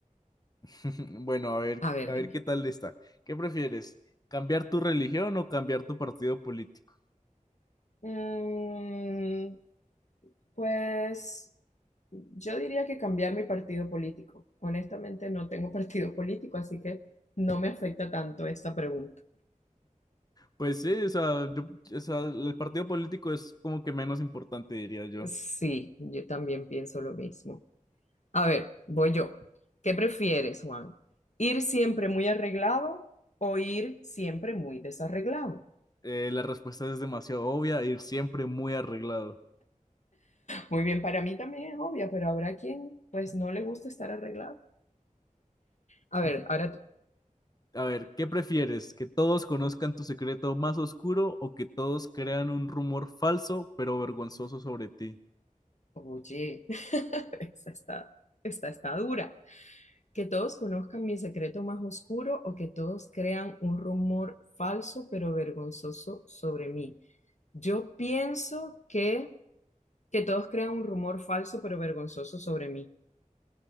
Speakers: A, on the left; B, on the left.
A: <laughs> Bueno, a ver,
B: A ver,
A: a
B: dime.
A: ver qué tal está. ¿Qué prefieres? ¿Cambiar tu religión o cambiar tu partido político?
B: Mm, pues yo diría que cambiar mi partido político. Honestamente, no tengo <laughs> partido político, así que no me afecta tanto esta pregunta.
A: Pues sí, o sea, yo, o sea, el partido político es como que menos importante, diría yo.
B: Sí, yo también pienso lo mismo. A ver, voy yo. ¿Qué prefieres, Juan? ¿Ir siempre muy arreglado o ir siempre muy desarreglado?
A: Eh, la respuesta es demasiado obvia, ir siempre muy arreglado.
B: Muy bien, para mí también es obvia, pero habrá quien pues no le gusta estar arreglado. A ver,
A: <laughs>
B: ahora tú.
A: A ver, ¿qué prefieres? ¿Que todos conozcan tu secreto más oscuro o que todos crean un rumor falso pero vergonzoso sobre ti?
B: Oye, <laughs> esta está, esta está dura. Que todos conozcan mi secreto más oscuro o que todos crean un rumor falso pero vergonzoso sobre mí. Yo pienso que, que todos crean un rumor falso pero vergonzoso sobre mí.